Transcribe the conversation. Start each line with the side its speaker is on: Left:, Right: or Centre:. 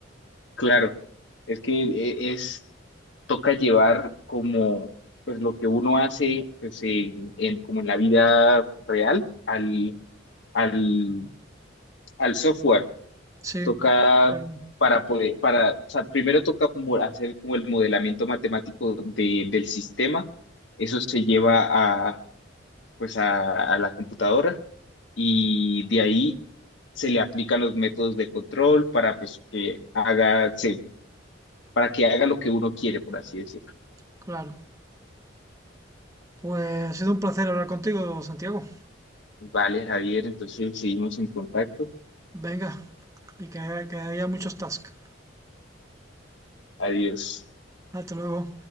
Left: claro. Es que eh, es, toca llevar como, pues lo que uno hace, pues en, en- como en la vida real, al, al, al software.
Right: Sí,
Left: Toca
Right: Ay,
Left: para poder, para, o sea, primero toca mo- hacer como el modelamiento matemático de, del sistema. Eso se lleva a, pues a, a la computadora y de ahí se le aplican los métodos de control para pues que haga, se- para que haga lo que uno quiere, por así decirlo.
Right: claro. Pues ha sido un placer hablar contigo, Santiago.
Left: Vale, Javier, entonces seguimos en contacto.
Right: Venga, y que, que haya muchos tasks.
Left: Adiós.
Right: Hasta luego.